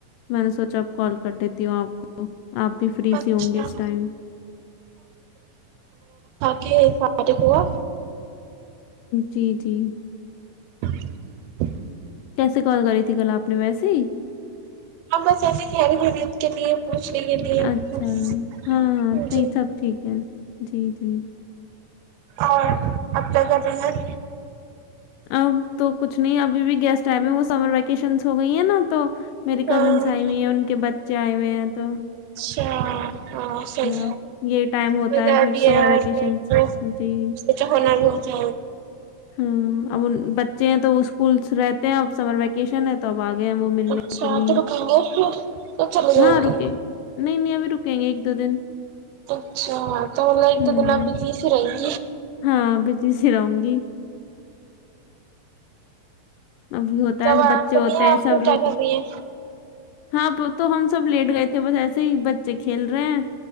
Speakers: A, on the left (about 85°); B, on the right (about 85°).
A: میں نے سوچا اب کال کر دیتی ہوں آپ کو آپ بھی فری
B: اچھا
A: سے ہوں گے اس ٹائم
B: کہ فٹی پا
A: جی جی
B: <inaudible>
A: کیسے کال کری تھی کل آپ نے ویسے ہی
B: ہاں بس اھی خیر خریت کے لیے پوچھنے کے لیے مھے
A: اچھا، ہاں، ہاں، نہیں سب ٹھیک ہے۔ جی جی
B: اور اب کیا کر رہے ہیں
A: اب تو کچھ نہیں ابھی بھی گیسٹ آم ہے وہ سمر ویکیشن ہو گئی ہیں نا تو میری کزنس
B: ہاں
A: آئی ہوئی ہیں ان کے بچے آئے ہوئے ہیں تو
B: چ ہاں سید
A: اب یہ ٹائم ہوتا
B: وغیرہ
A: پھر
B: بھی
A: سمر
B: ہے
A: ویکیشنز
B: پ
A: جی،
B: توا ہونا ہو جی
A: ہاں اب بچے ہیں تو اسکولس رہتے ہیں اب سمر ویکیشن ہے تو اب آ گئے وہ ملنے
B: اچھا
A: کے لیے
B: تو رکیں گے پھر تو چلے جائیں
A: ہاں
B: گے
A: رکیں نہیں نہیں ابھی رک کہیں گے ایک دو دن
B: اچھا تو مطلے ایک
A: ہوں،
B: دو دن میں بزی ہی رہیں گ
A: ہاں ب ت سرو گی ابھی ہوتا
B: کب
A: ہے
B: آرام
A: بچے
B: کرنی
A: ہوتے
B: ہے
A: ہیں
B: آپ
A: سب
B: کو
A: لوگ
B: کیا کرنی ہے
A: ہاں تو ہم سب لیٹ گئے تھے بس ایسے ہی بچے کھیل رہے ہیں